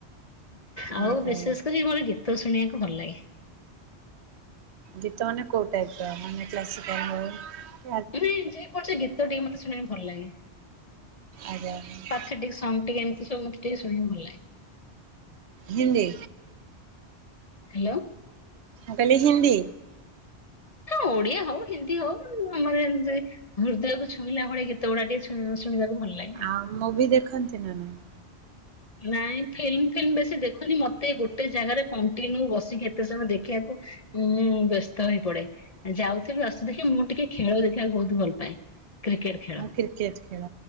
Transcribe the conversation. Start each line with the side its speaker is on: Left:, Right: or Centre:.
Left: ଆଉ
Right: ଆଜ୍ଞା
Left: ବିଶେଷ
Right: ଆଜ୍ଞା
Left: କରି ମୋର ଗୀତ ଶୁଣିବାକୁ ଭଲ ଲାଗେ।
Right: ଗୀତ ମାନେ କୋଉ ଟାଇପ୍ ର, ମାନେ କ୍ଲାସିକାଲ୍ ହୋଉ
Left: ନାଇଁ ଯେ କୌଣସି ଗୀତ ଟିକେ ମତେ ଶୁଣି ଭଲ ଲାଗେ।
Right: ଆଜ୍ଞା, ଆଜ୍ଞା।
Left: ଥ୍ରୀ ଡ଼ି ସଙ୍ଗ୍ ଟିକେ, ଏମିତି ସବୁ, ମତେ ଟିକେ ଶୁଣିବାକୁ ଭଲ ଲାଗେ।
Right: ହିନ୍ଦୀ
Left: ହାଲୋ।
Right: ମୁଁ କହିଲି ହିନ୍ଦୀ?
Left: ଓଡିଆ ହଉ, ହିନ୍ଦୀ ହଉ, ଆମର ଏମିତି ହୃଦୟକୁ ଛୁଇଁଲା ଭଳି ଗୀତ ଗୁଡା ଟିକେ ଶୁ ଶୁଣିବାକୁ ଭଲ ଲାଗେ।
Right: ଆଉ ମୁଭି ଦେଖନ୍ତି ନା ନାହିଁ?
Left: ନାଇଁ ଫିଲ୍ମ ଫିଲ୍ମ ବେଶୀ ଦେଖୁନି, ମତେ ଗୋଟେ ଜାଗାରେ କଣ୍ଟିନ୍ୟୁ ବସିକି ଏତେ ସମୟ ଦେଖିବାକୁ ମୁଁ ବ୍ୟସ୍ତ ହେଇ ପଡେ। ଆଉ ଯାଉଥିବି, ଆସୁଥିବି, ମୁଁ ଟିକେ ଖେଳ ଦେଖିବାକୁ ବହୁତ ଭଲ ପାଏ। କ୍ରିକେଟ ଖେଳ,
Right: ଆଉ କ୍ରିକେଟ୍ ଖେଳ